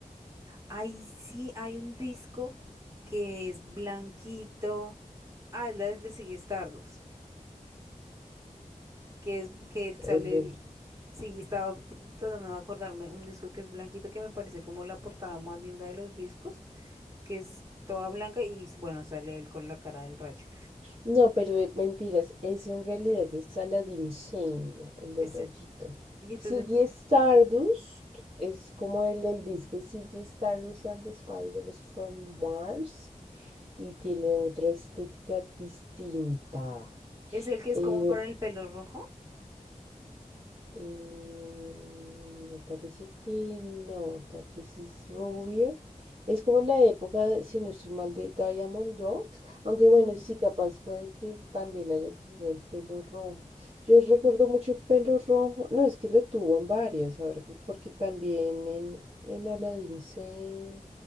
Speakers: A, on the right (about 20°); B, on the right (about 45°).
A: ahí sí hay un disco que es blanquito. Ah, es la de Ziggy Stardust, que es que él sale
B: El del
A: el- Sí, estaba t- tratando de acordarme un disco que es blanquito, que me parece como la portada más linda de los discos, que es toda blanca y bueno, sale él con la cara del racho.
B: No, pero eh, mentiras, es en realidad es Aladdin Sane, el del
A: Ese-
B: rayito.
A: y entonces,
B: Ziggy Stardust es como el del disco Ziggy Stardust and the Spiders from Mars y tiene otra estética distinta.
A: ¿es el que es
B: Eh,
A: como con el pelo rojo?
B: eh, me parece que no, tal vez es rubio. Es como la época, de- si no estoy mal, de Diamond Dogs. Aunque bueno, sí, capaz puede que también haya tenido el pelo rojo. Yo recuerdo mucho el pelo rojo. No, es que lo tuvo en varias, ahora que- porque también en, en Aladdin Sane,